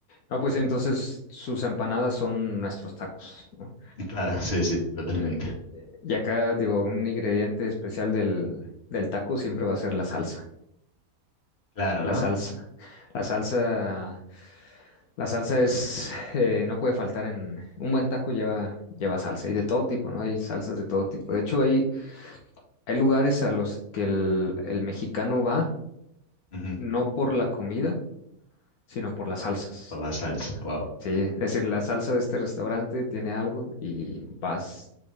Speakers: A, on the left; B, on the left.
A: No, pues sí, entonces sus empanadas son nuestros tacos, ¿no?
B: <laughs> Claro, sí, sí, totalmente.
A: Eh, Y acá, digo, un ingrediente especial del, del taco siempre va a ser la salsa.
B: Claro,
A: La
B: ¿no?
A: salsa. La salsa, la salsa es, eh, no puede faltar en, un buen taco lleva, lleva salsa y de todo tipo, ¿no? Hay salsas de todo tipo. De hecho, hay, hay lugares a los que el, el mexicano va,
B: Ujú,
A: no por la comida, sino por las salsas.
B: Por la salsa, wow.
A: Sí, es decir, la salsa de este restaurante tiene algo y vas,